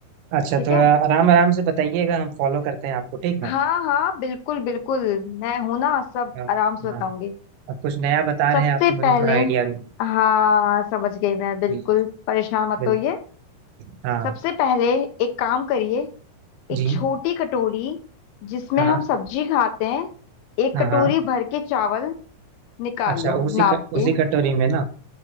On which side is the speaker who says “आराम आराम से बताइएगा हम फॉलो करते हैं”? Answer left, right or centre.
Right